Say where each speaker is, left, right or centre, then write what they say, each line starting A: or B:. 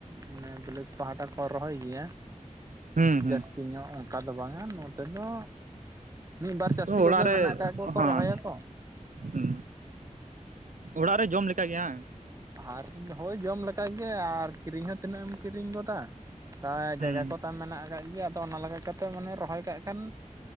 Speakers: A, on the right; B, on the right.
A: ᱢᱟᱱᱮ ᱵᱤᱞᱟᱹᱛ ᱯᱟᱦᱟᱴᱟ ᱠᱚ ᱨᱚᱦᱚᱭ ᱜᱮᱭᱟ᱾
B: ᱦᱩᱸ ᱦᱩᱸ
A: ᱡᱟᱹᱥᱛᱤ ᱧᱚᱜ ᱚᱱᱠᱟ ᱫᱚ ᱵᱟᱝᱼᱟ ᱱᱚᱛᱮ ᱫᱚ ᱢᱤᱫ ᱵᱟᱨ ᱪᱟᱹᱥᱤ
B: ᱛᱚ
A: ᱠᱚᱜᱮ
B: ᱚᱲᱟᱜ ᱨᱮ
A: ᱢᱮᱱᱟᱜ ᱟᱠᱟᱫ ᱠᱚᱣᱟ ᱠᱚ
B: ᱦᱮᱸ
A: ᱨᱚᱦᱚᱭᱟ ᱠᱚ
B: ᱦᱩᱸ ᱚᱲᱟᱜ ᱨᱮ ᱡᱚᱢ ᱞᱮᱠᱟ ᱜᱮᱭᱟᱝ
A: ᱟᱨ ᱦᱳᱭ ᱡᱚᱢ ᱞᱮᱠᱟᱜ ᱜᱮ ᱟᱨ ᱠᱤᱨᱤᱧ ᱦᱚᱸ ᱛᱤᱱᱟᱹᱜ ᱮᱢ ᱠᱤᱨᱤᱧ ᱜᱚᱫᱟ᱾ ᱛᱟᱭ ᱡᱟᱭᱜᱟ
B: ᱦᱩᱸ
A: ᱠᱚ ᱛᱟᱢ ᱢᱮᱱᱟᱜ ᱟᱠᱟᱫ ᱜᱮᱭᱟ ᱟᱫᱚ ᱚᱱᱟ ᱞᱮᱠᱟ ᱠᱟᱛᱮᱫ ᱢᱟᱱᱮ ᱨᱚᱦᱚᱭ ᱠᱟᱜ ᱠᱷᱟᱱ